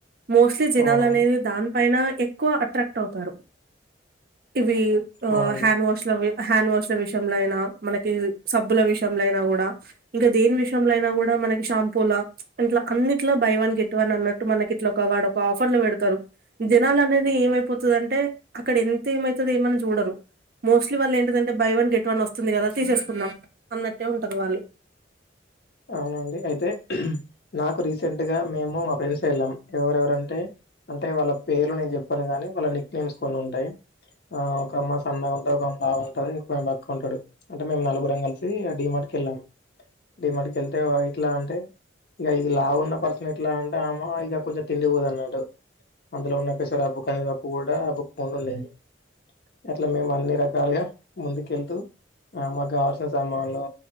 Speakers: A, on the right; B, on the left.
A: మోస్ట్లీ జనాలనేది
B: అవునవును
A: ఎనా ఎక్కువ అట్రాక్ట్ అవుతారు ఇవి
B: అవునండి
A: హ్యాండ్ వాష్ల్ అవి హ్యాండ్ వాష్ల విషయంలో అయినా మనకి సబ్బుల విషయంలో అయినా కూడా ఇంకా దేని విషయంలో అయినా కూడా మనకి షాంపూలా ప్చ్ ఇంట్ల అన్నిట్లో బై వన్ గెట్ వన్ అన్నట్టు మనకి ఇట్లా ఒక వాడొక ఆఫర్ లో వెడతారు జనాలనేది ఏమైపోతుదంటే అక్కడ ఎంత ఏమైతది ఏమంజూడరు మోస్ట్లీ వాళ్లేంటిదంటే బైవన్ గెట్వన్ వస్తుంది గదా తీసేసుకుందం అన్నట్టే ఉంటది వాళ్ళి
B: అవునండి అయితే నాకు రీసెంట్ గా మేము మా ఫ్రెండ్స్ ఎళ్ళం ఎవరెవరంటే అంటే వాళ్ళ పేర్లు నేను జెప్పాను కాని వాళ్ళ నిక్ నేమ్స్ కొన్నుంటాయి ఆ ఒక అమ్మ సన్నగా ఉంటది ఒక అమ్ బా ఉంటది ఇంకొకామే బక్క ఉంటాడు అంటే మేం నలుగురం కలిసీ డీ మార్ట్ కీ కెళ్ళాం డీ మార్టకెళ్తేవా ఇంట్లాంటే ఇగా ఈ లావున్న పర్సన్ ఎట్లా అంటే అమ్మ ఇగ కొంచెం తిండి వోదన్నట్టు అందులో ఉన్న పెసరివప్పు కందివప్పు కూడా బుకుతూనేవునాడు అట్ల మేమాన్ని రకాలుగా ముందుకెళ్తూ ఆ మాక్ గావల్సిన సామానులు